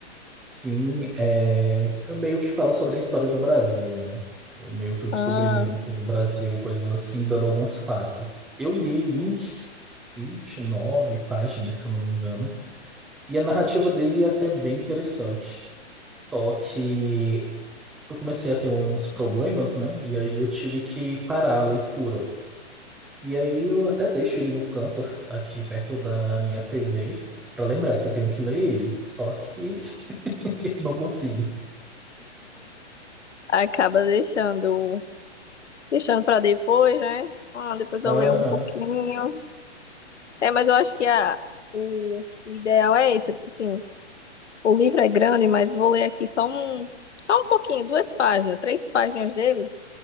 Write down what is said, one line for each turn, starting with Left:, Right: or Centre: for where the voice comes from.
Centre: sim, é, eu meio que fala sobre a história do Brasil, né? Meio que o descobrimento
Left: Ah,
Centre: do Brasil, coisas assim, dando alguns fatos. Eu li vinte vinte e nove páginas, se eu não me engano, e a narrativa dele é até bem interessante. Só que eu comecei a ter uns problemas, né? E aí eu tive que parar a leitura. E aí eu até deixo ele no canto, assim, aqui perto da minha TV, para lembrar que eu tenho que ler ele. Só que <laughs> eu não consigo.
Left: acaba deixando, deixando para depois, né? Ah, depois eu
Centre: Aham,
Left: leio um pouquinho. É, mas eu acho que a, o, o ideal é esse, é tipo assim, o livro é grande, mas vou ler aqui só um, só um pouquinho, duas páginas, três páginas dele.